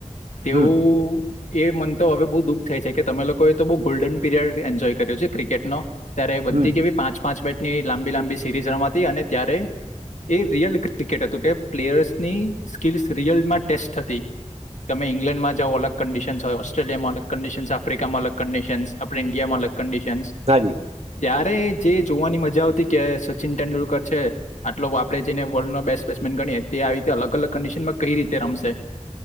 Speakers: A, on the left; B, on the right.
A: તેવું
B: હમ
A: એ મન તોવ હવે બો દુ થઈ છે કે તમે લોકો એ તો બહુ ગોલ્ડન પીરિયડ એન જોય કાઢ્યો છે ક્રિકેટ નો ત્યારે બધી
B: હમ
A: કેવી પાંચ પાંચ બેટ એ લાંબી લાંબી સીરીઝ રમાતી અને ત્યારે એ રિયલ ક્રિકેટ હતું કે પ્લેયર્સની સ્કીલ્સ રિયલમાં ટેસ્ટ હતી તમે ઇંગ્લેન્ડમાં જાવઓ અલગ કંડિશન્સ હોય ઓસ્ટ્રેલિયામાં અલગ કંડિશન્સ આફ્રિકામાં અલગ કંડિશન્સ આપે ઇન્ડિયામાં અલગ કંડીિશનસ
B: હાજી
A: જ્યાં અરે જે જોવાની મજા મજા આવતી કે સચિન તેંડુલકર છે. આટલો આપે જેને વર્લ્ડ નો બેસ્ટ બેટ્સમેન ગણીએ તે આવી રીતે અલગ અલગ કંડિશનમાં કઈ રીતે રમશે